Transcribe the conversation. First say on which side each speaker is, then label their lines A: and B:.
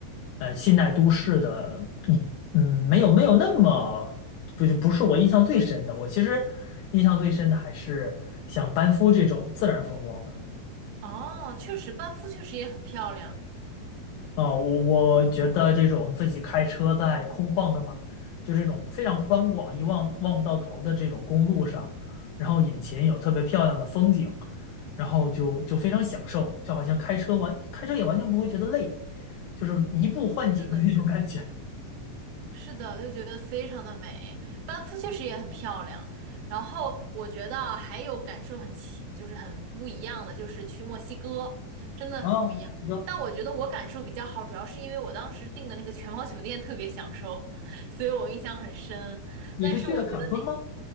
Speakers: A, on the left (about 80°); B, on the right (about 80°).
A: 呃现代都市的，一嗯，没有没有那么不就不是我印象最深的。我其实印象最深的还是像班夫这种自然风光的。
B: 哦，确实，班夫确实也很漂亮。
A: 啊，我我觉得这种自己开车在空旷的马，就这种非常宽广、一望望不到头的这种公路上，然后眼前有特别漂亮的风景，然后就就非常享受，就好像开车完开车也完全不会觉得累，就是移步换景的那种感觉。
B: 是的，是的，
A: <laughs>
B: 是的，就觉得非常的美。班夫确实也很漂亮。然后我觉得啊还有感受很奇，就是很不一样的，就是去墨西哥，真的很不一样。
A: 啊。墨西哥，
B: 但我觉得我感受比较好，主要是因为我当时订的那个全包酒店特别享受，<laughs> 所以我印象很深。
A: 你是去的坎昆吗？
B: 但是我觉得那，